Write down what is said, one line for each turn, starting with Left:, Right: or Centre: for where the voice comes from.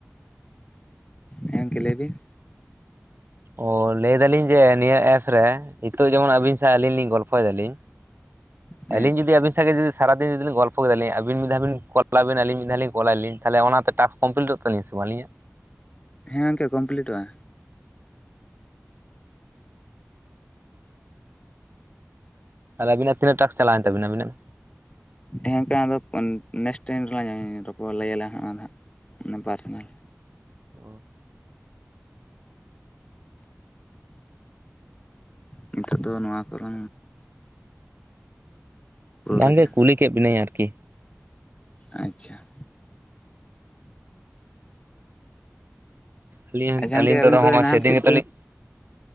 Left: ᱦᱮᱸ ᱜᱚᱝᱠᱮ ᱞᱟᱹᱭᱵᱤᱱ?
Right: ᱚ ᱞᱟᱹᱭᱫᱟᱞᱤᱧ ᱡᱮ ᱱᱤᱭᱟᱹ ᱮᱯᱥ ᱨᱮ ᱱᱤᱛᱚᱜ ᱡᱮᱢᱚᱱ ᱟᱹᱵᱤᱱ ᱥᱟᱶ ᱟᱹᱞᱤᱧ ᱞᱤᱧ ᱜᱚᱞᱯᱷᱚᱭ ᱮᱫᱟᱞᱤᱧ
Left: ᱦᱮᱸ
Right: ᱟᱹᱞᱤᱧ ᱡᱩᱫᱤ ᱟᱹᱵᱤᱱ ᱥᱟᱜ ᱥᱟᱨᱟ ᱫᱤᱱ ᱡᱩᱫᱤ ᱜᱚᱞᱯᱚ ᱠᱮᱫᱟᱞᱤᱧ ᱟᱵᱤᱱ ᱢᱤᱫ ᱫᱷᱟᱣ ᱵᱤᱱ ᱠᱚᱞᱟᱵᱤᱱ ᱟᱞᱤᱧ ᱢᱤᱫ ᱫᱷᱟᱣᱞᱤᱧ ᱠᱚᱞᱮᱫᱞᱤᱧ ᱛᱟᱦᱚᱞᱮ ᱚᱱᱟᱛᱮ ᱴᱟᱥ ᱠᱚᱢᱯᱞᱤᱴᱚᱜ ᱛᱟᱹᱞᱤᱧᱟ ᱥᱮ ᱵᱟᱝᱞᱤᱧᱟ᱾
Left: ᱦᱮᱸ ᱜᱚᱝᱠᱮ ᱠᱚᱢᱯᱞᱤᱴᱚᱜᱼᱟ᱾
Right: ᱛᱟᱦᱮᱞᱮ ᱟᱹᱵᱤᱱᱟᱜ ᱛᱤᱱᱟᱹᱜ ᱴᱟᱠᱥ ᱪᱟᱞᱟᱣᱮᱱ ᱛᱟᱵᱤᱱᱟ ᱟᱵᱤᱱᱟᱜ᱾
Left: ᱦᱮᱸ ᱜᱚᱝᱠᱮ ᱟᱫᱚ ᱱᱮᱠᱥᱴ ᱴᱟᱭᱤᱢ ᱨᱮᱞᱟᱝ ᱨᱚᱯᱚᱲ ᱞᱟᱹᱭᱟᱞᱮ ᱦᱟᱸᱜ ᱦᱟᱸᱜ ᱯᱟᱨᱥᱚᱱᱟᱞ
Right: ᱚ ᱾
Left: ᱱᱤᱛᱟᱹᱜ ᱫᱚ ᱱᱚᱣᱟ ᱠᱚᱨᱮ
Right: ᱵᱟᱝᱜᱮ
Left: ᱞᱮᱜᱮ
Right: ᱠᱩᱞᱤ ᱠᱮᱫ ᱵᱤᱱᱟᱹᱧ ᱟᱨᱠᱤ᱾
Left: ᱟᱪᱪᱷᱟ ᱾
Right: ᱟᱹᱞᱤᱧ
Left: ᱟᱪᱪᱷᱟ ᱜᱚᱝᱠᱮ
Right: ᱟᱹᱞᱤᱧ
Left: ᱟᱹᱵᱤᱱ
Right: ᱛᱮᱫᱚᱜᱼᱚᱭ
Left: ᱛᱚ ᱱᱟᱦᱮᱞ
Right: ᱥᱮᱫᱤᱱ
Left: ᱥᱤᱭᱳᱜ
Right: ᱜᱮᱛᱚᱞᱤᱧ